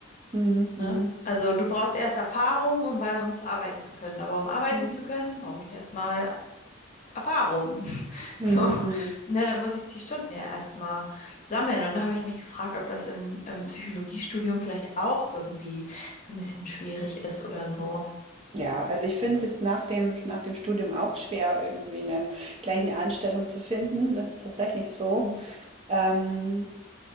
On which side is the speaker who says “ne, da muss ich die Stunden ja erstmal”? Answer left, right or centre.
Left